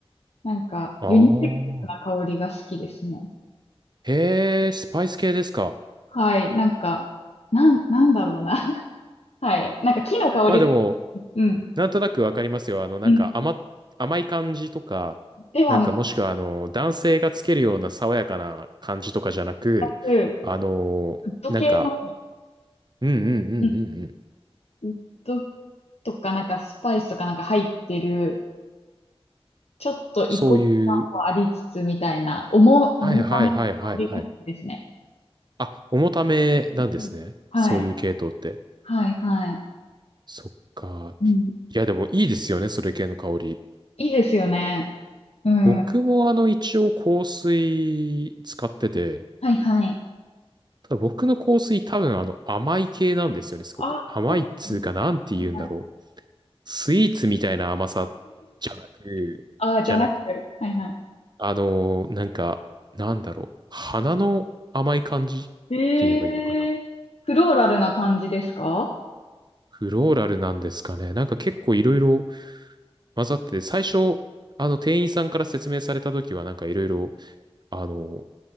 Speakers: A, on the left (about 85°); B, on the right (about 45°).
A: なんか、ユニセックスな香りが好きですね。
B: ああ。へえ、スパイス系ですか。
A: はい。なんか、なん、なんだろうな。<laughs> はい。なんか木の香り、
B: まあでも、
A: うん、
B: なんとなくわかりますよ。あの、なんか甘、
A: うん。
B: 甘い感じとか、
A: ではな
B: なんかもしくはあの、男性がつけるような爽やかな感じとかじゃなく、
A: く、
B: あの、
A: ウッド系の、
B: なんか、うんうんうんうんうん。
A: うん、ウッドとかなんかスパイスとかなんか入ってる、ちょっと異国感もありつつみたいな、
B: そういう、
A: 重、
B: はいはいはいはいはい。
A: 重ための香りが好きですね。
B: あ、重ためなんですね。
A: うんはい。
B: そういう系統って。
A: はい、はい。
B: そっか。
A: うん。
B: いやでもいいですよね、それ系の香り。
A: いいですよね。うん。
B: 僕もあの、
A: は
B: 一応香水使ってて、
A: い、はい。
B: ただ僕の香水多分あの甘い系なんですよね、すごく。
A: あ、
B: 甘いっつうかなんて言うんだろう。
A: <laughs> そうですねはい
B: スイーツみたいな甘さじゃなく、
A: <laughs> あ、じゃなくて。
B: じゃなく、
A: はい、は
B: あのーなんか、なんだろう。花の甘い感じって
A: い。えー、
B: 言えばいいのかな。
A: フローラルな感じですか
B: フローラルなんですかね。なんか結構いろいろ混ざってて、最初、あの店員さんから説明された時はなんかいろいろあの、